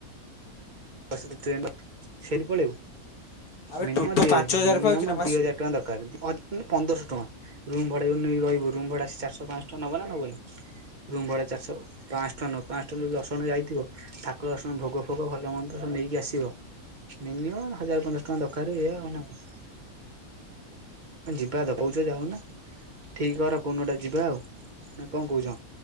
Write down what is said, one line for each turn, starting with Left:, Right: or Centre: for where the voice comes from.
Right: <unintelligible> ପନ୍ଦରଶହ ଟଙ୍କା ରୁମ ଭଡା
Left: ଆବେ ଟୋଟୋ
Right: ନେଇ
Left: ପାଞ୍ଚ ହଜାର ପାଉଛି
Right: ରହିବ
Left: ନା ମାସକୁ
Right: ରୁମ ଭଡା ଚାରଶହ ପାଞ୍ଚ ଟଙ୍କା ନବ ନା ନବନି। ରୁମ୍ ଭଡା ଚାରିହ ପାଞ୍ଚ ଟଙ୍କ ନ ପାଞ୍ଚ ଟା ଯ ଦଶ ଜଣା ଯାଇଥିବ। ଠାକୁର ଦର୍ଶନ ଭୋଗ ଫୋଗ ଭଲ ମନ୍ଦ ସବୁ ନେଇକି ଆସିବ ମିନିମମ୍ ହଜାର ପନ୍ଦରସ ଟଙ୍କା ଦରକାର ଇ ଆଉ ନା କ। ଯିବା ତ କହୁଛ ଯାଉନା
Left: ହଁ
Right: ଠିକ କର କୋଉନଟା ଯିବା ଆଉ କଣ କହୁଛ?